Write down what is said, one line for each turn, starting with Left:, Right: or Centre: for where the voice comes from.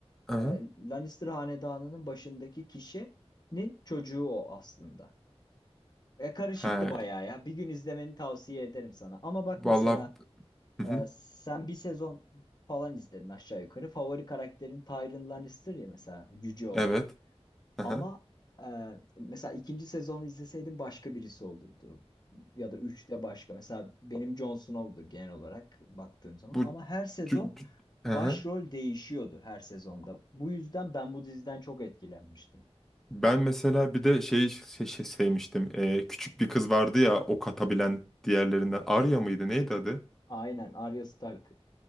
Centre: Aha.
Left: e, Lannister hanedanının başındaki kişinin çocuğu o aslında. E, karışıktı
Centre: He,
Left: bayağı ya. Bir gün izlemeni tavsiye ederim sana. Ama bak
Centre: vallahi
Left: mesela
Centre: Hı
Left: e,
Centre: hı.
Left: sen bir sezon falan izledin aşağı yukarı. Favori karakterin Tyrion Lannister ya mesela cüce olan.
Centre: evet. Aha.
Left: Ama e, mesela ikinci sezonu izleseydim başka birisi olurdu. Ya da üçte başka. Mesela benim Jon Snow'du genel olarak baktığım zaman.
Centre: Bu
Left: Ama her sezon
Centre: tü- tü-
Left: başrol
Centre: Aha.
Left: değişiyordu her sezonda. Bu yüzden ben bu diziden çok etkilenmiştim.
Centre: Ben mesela bir de şey, şey, şey sevmiştim. Ee, küçük bir kız vardı ya ok atabilen diğerlerinden. Arya mıydı? Neydi adı?
Left: Aynen Arya Stark.